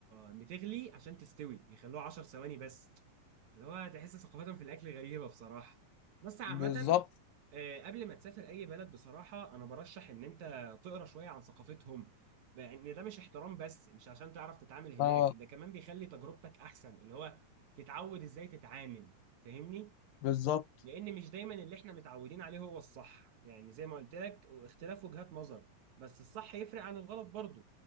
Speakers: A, on the right (about 60°); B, on the left (about 80°).
A: بتغلي عشان تستوي بيخلوها 10 ثواني بس اللي هو تحس ثقافتهم في الاكل غريبه بصراحه بس عامه
B: بالظبط
A: آه، قبل ما تسافر اي بلد بصراحه انا برشح ان انت تقرا شويه عن ثقافتهم لان ده مش احترام بس مش عشان تعرف تتعامل هناك
B: اه
A: ده كمان بيخلي تجربتك احسن اللي هو تتعود ازاي تتعامل فاهمني
B: بالظبط
A: لان مش دايما اللي احنا متعودين عليه هو الصح يعني زي ما قلت لك اختلاف وجهات نظر بس الصح يفرق عن الغلط برضه